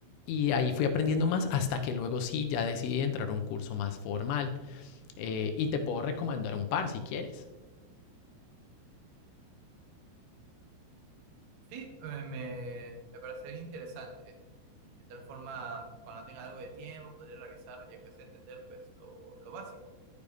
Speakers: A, on the left; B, on the right.
A: Y ahí fui aprendiendo más hasta que luego sí, ya decidí entrar a un curso más formal. Eh, y te puedo recomendar un par si quieres.
B: Sí, eh, me, me parecería interesante. De tal forma, cuando tenga algo de tiempo, podré revisarlo y aunque sea entender pues lo, lo básico.